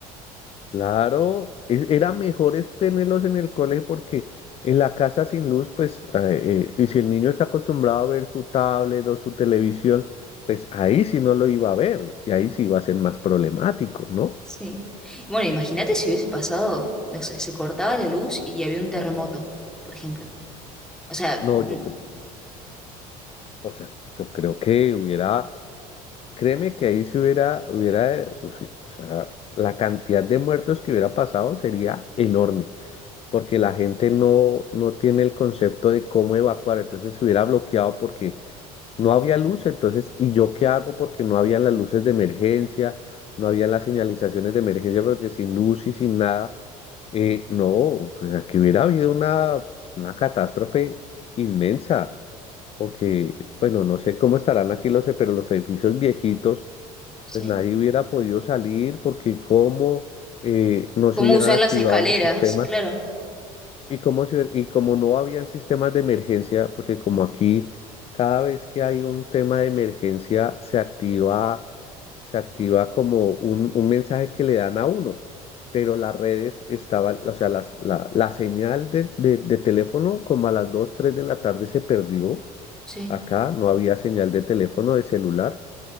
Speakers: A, on the left (about 35°); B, in the centre.
A: Claro, es- era mejor es tenerlos en el colegio porque en la casa sin luz, pues, eh, eh, y si el niño está acostumbrado a ver su tablet o su televisión, pues ahí sí no lo iba a ver y ahí sí iba a ser más problemático, ¿no?
B: Sí. Bueno, imagínate si hubiese pasado, no sé, se cortaba la luz y había un terremoto, por ejemplo. O sea,
A: No,
B: mm,
A: yo creo, o sea, yo creo que hubiera, créeme que ahí si hubiera, hubiera, eh, o si- o sea, la cantidad de muertos que hubiera pasado sería enorme porque la gente no, no tiene el concepto de cómo evacuar, entonces se hubiera bloqueado porque No había luz, entonces, ¿y yo qué hago? Porque no habían las luces de emergencia, no habían las señalizaciones de emergencia, porque sin luz y sin nada, eh, no, pues aquí hubiera habido una, una catástrofe inmensa, porque, bueno, no sé cómo estarán aquí los, e- pero los edificios viejitos,
B: sí.
A: pues nadie hubiera podido salir, porque cómo eh, no
B: ¿Cómo
A: se hubieran
B: usar
A: activado
B: las escaleras?
A: los sistemas.
B: Claro,
A: Y como, si- y como no habían sistemas de emergencia, porque como aquí cada vez que hay un tema de emergencia se activa, se activa como un, un mensaje que le dan a uno, pero las redes estaban, o sea, las, la, la señal de, de, de teléfono como a las 2 3 de la tarde se perdió.
B: sí.
A: Acá no había señal de teléfono, de celular.